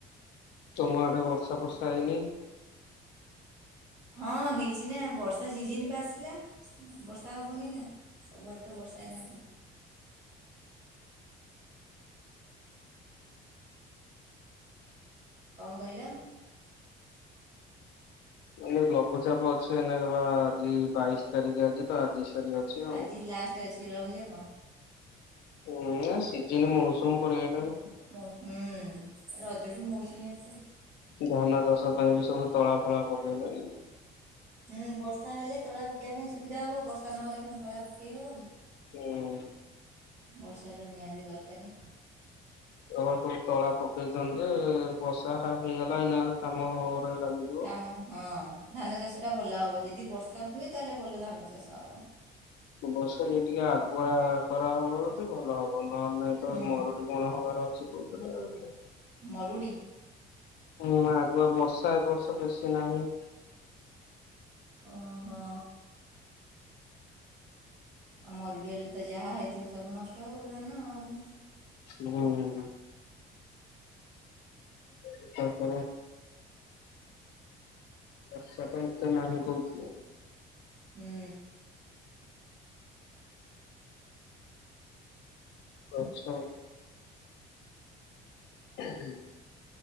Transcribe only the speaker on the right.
ହଁ ହେଇଛି ନା ବର୍ଷା ସିଜିନି ପା ଆସିଲା ହୁଁ ବର୍ଷା ହବନି ନା। ସବୁ ଆଡେ ତ ବର୍ଷା ଏଇନାନାକେ। କଁ କହିଲ?
ଆଜି ଲାଷ୍ଟ ଅଛି ଲଘୁଚାପ।
ମୌସ୍ ହୁଁ ରଜଠୁ ମୌସୁମୀ ଆସେ।
ହୁଁ ବର୍ଷା ହେଲେ ତଳା ପକେଇବା ପାଇଁ ସୁବିଧା ହବ ବର୍ଷା ନହେଲେ କଁ ତଳା ପକେଇ ହବ କି।
ବର୍ଷାଟା ନିହାତି ଦରକାରେ।
କାମ ହଁ ଧାନ ଚାଷଟା ଭଲ ହବ ଯଦି ବର୍ଷା ହୁଏ ତାହେଲେ ଭଲ ଧାନ ଚାଷ ହବ।
ହୁଁ
ମରୁଡି।
ଓହୋ। ଆଉ ମରୁଡି ହେଲେ ତ ଯାହା ହେଇଥିବ ସବୁ ନଷ୍ଟ ହବ ଧାନ ଆଉ।
ହୁଁ।